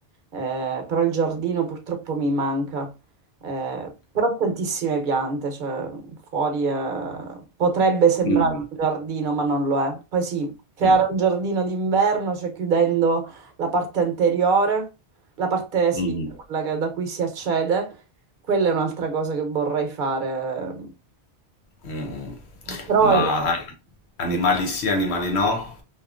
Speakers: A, on the right (about 55°); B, on the left (about 80°).
A: Eh, però il giardino purtroppo mi manca. Eh, però ho tantissime piante, cioè fuori eh, potrebbe sembrare
B: Mm,
A: un giardino, ma non lo è. Poi sì, creare
B: mm,
A: un giardino d'inverno, cioè chiudendo la parte anteriore. La parte sinistra,
B: mm,
A: quella che- da cui si accede, quella è un'altra cosa che vorrei fare.
B: mm. mm.
A: Però...
B: Ma a- animali
A: dimmi.
B: sì, animali no?